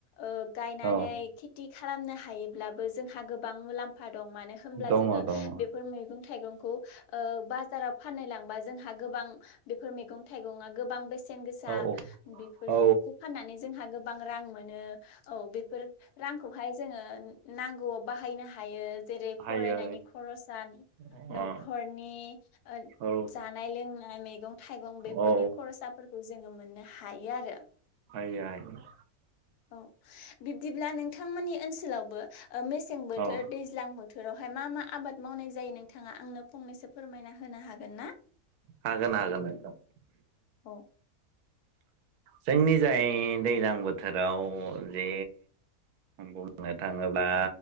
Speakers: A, on the left; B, on the right.
A: ओ गायनानै
B: औ
A: खेति खालामनो हायोब्लाबो जोंहा गोबां मुलाम्फा दं मानो होनब्ला
B: दङ
A: जोङो
B: दङ औ
A: बेफोर मैगं थाइगंखौ ओ बाजाराव फाननो लांबा जोंहा गोबां बेफोर मैगं थाइगंङा गोबां बे सेन गोसा
B: औ
A: बेफोरखौ
B: औ
A: फाननानै जोंहा गोबां रां मोनो । औ बेफोर रांखौहाय जोङो नांगौआव बाहायनो हायो । जेरै
B: हायो
A: फरायनायनि खरसा
B: अ
A: नखरनि ओ
B: औ
A: जानाय लों नाय मैगं थाइगं बेफोरनि
B: औ
A: खरसाफोरखौ जोङो मोननो हायो आरो ।
B: हायो हायो ।
A: औ बिब्दिब्ला नोंथांमोननि ओनसोलावबो ओ मेसें बोथोर
B: औ
A: दैज्लां बो थोरावहाय मा मा आबाद मावनाय जायो नोंथाङा आंनो फंनैसो फोरमायना होनो हागोन ना?
B: हागोन हागोन नोंथां ।
A: औ
B: जोंनि जाय दैज्लां बोथोराव जे बुंनो थाङोब्ला